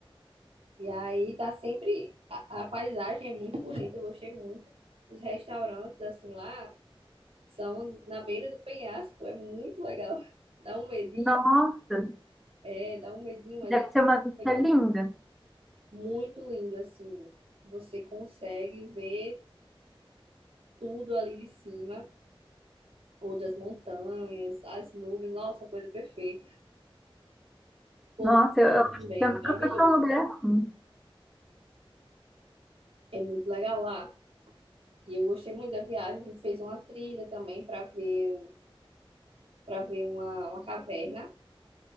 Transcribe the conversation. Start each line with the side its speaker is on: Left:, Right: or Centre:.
Right: E aí tá sempre a, a paisagem é muito bonita, eu gostei muito. Os restaurantes assim lá são na beira do penhasco, é muito legal. <laughs> Dá um medinho,
Centre: Nossa,
Right: é, dá um medinho, mas
Centre: deve
Right: é
Centre: ser
Right: muito
Centre: uma vista
Right: legal.
Centre: linda.
Right: muito lindo, assim. Você consegue ver tudo ali de cima, outras montanhas, as nuvens, nossa, coisa perfeita. Pôr
Centre: Nossa,
Right: do
Centre: eu, eu
Right: sol
Centre: acho
Right: também,
Centre: que eu nunca
Right: maravilhoso.
Centre: fui pra um lugar assim.
Right: É muito legal lá. E eu gostei muito da viagem. A gente fez uma trilha também para ver, para ver uma, uma caverna.